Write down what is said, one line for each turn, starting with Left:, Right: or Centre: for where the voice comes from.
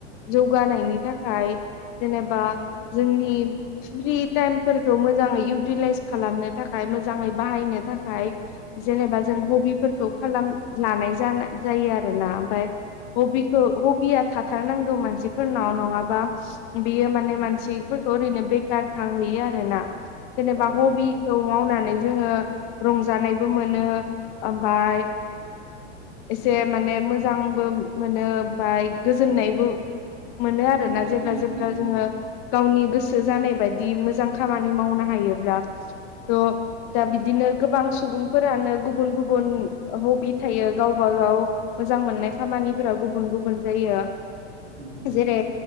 Left: जौगानायनि थाखाय जेनेबा जोंनि फ्रि टाइमफोरखौ मोजाङै इउटिलाइस खालामनो थाखाय मोजाङै बाहाय नो थाखाय जेनेबा जों हबिफोरखौ खालाम लानाय जानाय जायो आरोना। ओमफाय हबिखौ हबिया थाथारनांगौ मानसिफोरनाव नङाबा बियो माने मान सि फोरखौ ओरैनो बेखार थाहोयो आरोना। जेनेबा
Right: औ
Left: हबिखौ मावना नै जोङो रंजानायबो मोनो, ओमफाय एसे माने मोजांबो मोनो ओमफाय गोजोननायबो मोनो आरोना
Right: उम
Left: जेब्ला जेब्ला
Right: उम
Left: जोङो गावनि गोसो जानाय बायदि मोजां खामानि मावनो हायोब्ला थ' दा बिदिन नो गोबां सुबुंफोरानो गुबुन गुबुन हबि थायो गावब गाव मोजां मोननाय खामानिफोरा गुबुन गुबुन जायो।
Right: उम
Left: जेरै